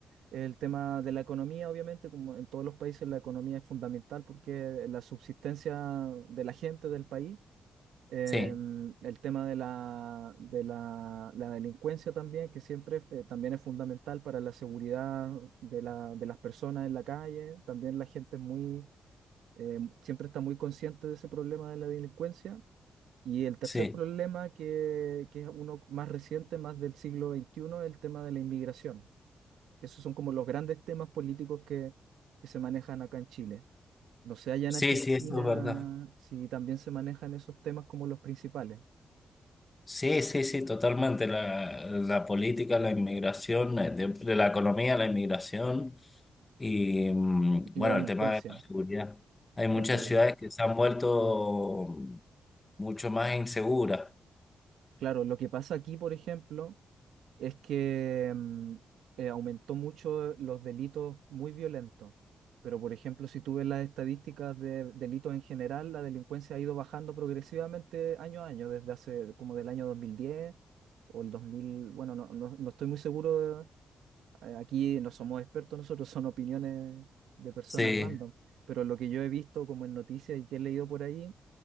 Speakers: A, on the right; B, on the left.
A: el tema de la economía, obviamente, como en todos los países la economía es fundamental porque la subsistencia de la gente del país Em,
B: Sí,
A: el tema de la, de la, la delincuencia también, que siempre eh, también es fundamental para la seguridad de, la- de las personas en la calle. También la gente es muy, eh, siempre está muy consciente de ese problema de la delincuencia. Y el tercer
B: sí,
A: problema, que, que es uno más reciente, más del siglo veintiuno es el tema de la inmigración. Esos son como los grandes temas políticos que, que se manejan acá en Chile. No sé, allá
B: sí,
A: en Argentina,
B: sí, eso es verdad.
A: si también se manejan esos temas como los principales.
B: Sí, sí, sí, totalmente. La, la política, la inmigración, eh, de, de la economía, la inmigración y, mm,
A: y
B: bueno,
A: la delincuencia,
B: el tema de la seguridad. Hay muchas
A: la seguridad.
B: ciudades que se han vuelto mucho más inseguras.
A: Claro, lo que pasa aquí, por ejemplo, es que mm, eh, aumentó mucho los delitos muy violentos, pero por ejemplo, si tú ves las estadísticas de delitos en general, la delincuencia ha ido bajando progresivamente año a año, desde hace como del año 2010 o el 2000 bueno, no, no, no estoy muy seguro, eh, aquí no somos expertos nosotros, son opiniones de personas
B: Sí,
A: random, pero lo que yo he visto como en noticias y que he leído por ahí